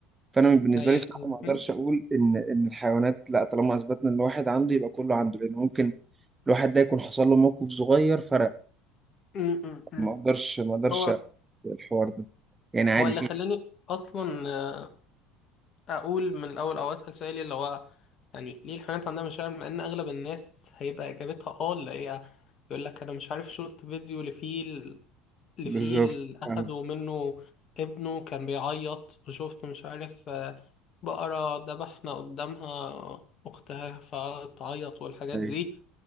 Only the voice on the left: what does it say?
هي
ماشي
م- م-
م.
هو
هو اللي
خلاني اصلا آه، اقول من الاول او اسال سؤالي اللي هو يعني ليه الحيوانات عندها مشاعر مع ان اغلب الناس هيبقى اجابتها اه اللي هي يقول لك انا مش عارف شفت فيديو لفيل لفيل
اخدوا
منه ابنه كان بيعيط وشفت مش عارف آه، بقرة ذبحنا قدامها اختها فقعدت تعيط والحاجات
دي